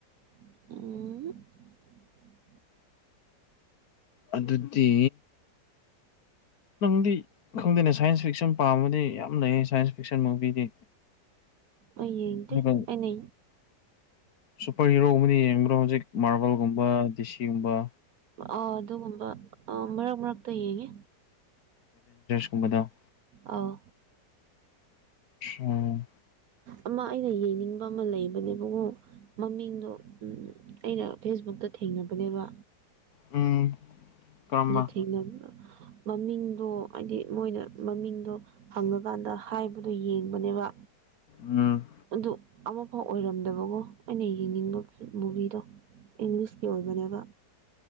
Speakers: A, on the right; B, on the left.
A: ꯑ
B: ꯑꯗꯨꯗꯤ ꯅꯪꯗꯤ ꯈꯪꯗꯦꯅꯦ ꯁꯥꯏꯟꯁ ꯐꯤꯛꯁꯟ ꯄꯥꯝꯃꯗꯤ ꯌꯥꯝ ꯂꯩ ꯁꯥꯏꯟꯁ ꯐꯤꯛꯁꯟ ꯃꯨꯚꯤꯗꯤ
A: ꯑꯩ ꯌꯦꯡꯇ‌ꯦ
B: ꯑꯗꯨꯒ
A: ꯑꯩꯅ
B: ꯁꯨꯄꯔ ꯍꯤꯔꯣꯒꯨꯝꯕꯗꯤ ꯌꯦꯡꯕꯔ‌ꯣ ꯍꯧꯖꯤꯛ ꯃꯥꯔꯕꯜꯒꯨꯝꯕ ꯗꯤꯁꯤꯒꯨꯝꯕ
A: ꯑ ꯑꯗꯨꯒꯨꯝꯕ ꯑ ꯃꯔꯛ ꯃꯔꯛꯇ ꯌꯦꯡꯉꯦ
B: ꯒꯨꯝꯕꯗ‌ꯣ
A: ꯑꯥꯎ
B: ꯑꯣ
A: ꯑꯃ ꯑꯩꯅ ꯌꯦꯡꯅꯤꯡꯕ ꯑꯃ ꯂꯩꯕꯅꯦꯕꯀ‌ꯣ ꯃꯃꯤꯡꯗꯣ ꯎꯝ ꯑꯩꯅ ꯐꯦꯁꯕꯨꯛꯇ ꯊꯦꯡꯅ ꯗꯨꯅꯦꯕ
B: ꯎꯝ ꯀꯔꯝꯕ
A: ꯑꯗꯨ ꯊꯦꯡꯅ ꯃꯃꯤꯡꯗꯣ ꯍꯥꯏꯗꯤ ꯃꯣꯏꯅ ꯃꯃꯤꯡꯗꯣ ꯍꯪꯉꯀꯥꯟꯗ ꯍꯥꯏꯕꯗꯣ ꯌꯦꯡꯕꯅꯦꯕ
B: ꯎꯝ
A: ꯑꯗꯨ ꯑꯃꯐꯥꯎ ꯑꯣꯏꯔꯝꯗꯕꯀꯣ ꯑꯩꯅ ꯌꯦꯡꯅꯤꯡꯕ ꯃꯨꯚꯤꯗꯣ ꯏꯪꯂꯤꯁꯀꯤ ꯑꯣꯏꯕꯅꯦꯕ